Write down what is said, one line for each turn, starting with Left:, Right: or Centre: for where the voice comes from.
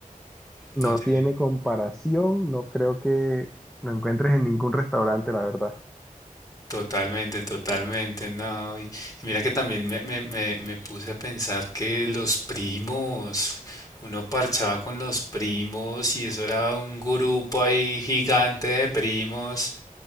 Centre: no
Left: No tiene-
Centre: tiene comparación, no creo que lo encuentres en ningún restaurante, la verdad.
Left: Totalmente, totalmente, no. Y, y mira que también me, me, me, me puse a pensar que los primos, uno parchaba con los primos y eso era un grupo ahí gigante de primos.